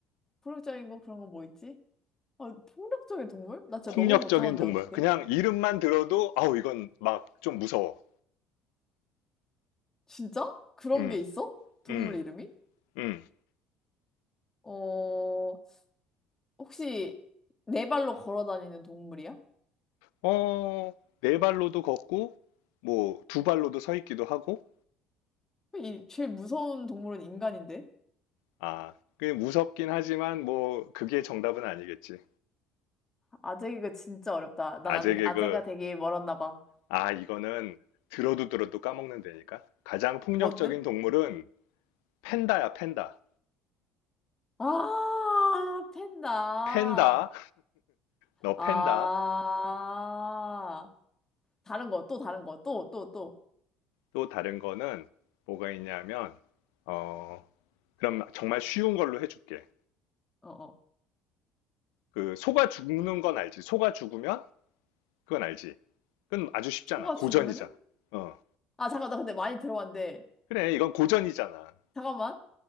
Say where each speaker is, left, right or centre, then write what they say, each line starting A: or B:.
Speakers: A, on the left (about 15°); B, on the left (about 85°).
A: 폭력적인 거 그런 거 뭐 있지? 아, 폭력적인 동물? 나 진짜
B: 폭력적인
A: 너무 못하는데
B: 동물.
A: 어떡해?
B: 그냥 이름만 들어도, 아우, 이건 막 좀 무서워.
A: 진짜? 그런
B: 음,
A: 게 있어? 동물
B: 음,
A: 이름이?
B: 음.
A: 어, 혹시 네 발로 걸어 다니는 동물이야?
B: 어, 네 발로도 걷고, 뭐, 두 발로도 서 있기도 하고,
A: 이 제일 무서운 동물은 인간인데?
B: 아, 그게 무섭긴 하지만, 뭐, 그게 정답은 아니겠지.
A: 아재 개그 진짜 어렵다. 난
B: 아재
A: 아직
B: 개그,
A: 아재가 되기 멀었나 봐.
B: 아, 이거는 들어도 들어도 까먹는다니까. 가장 폭력적인
A: 뭔데?
B: 동물은 팬다야, 팬다.
A: 아, 팬다.
B: 팬다, 너
A: 아.
B: 팬다.
A: 다른 거, 또 다른 거, 또, 또, 또.
B: 또 다른 거는 뭐가 있냐면, 어, 그럼 정말 쉬운 걸로 해줄게.
A: 어, 어.
B: 그 소가 죽는 건 알지. 소가 죽으면 그건 알지. 그건 아주 쉽잖아.
A: 소가
B: 고전이잖아.
A: 죽으면은?
B: 어.
A: 아, 잠깐, 나 근데 많이 들어봤는데.
B: 그래, 이건 고전이잖아.
A: 잠깐만.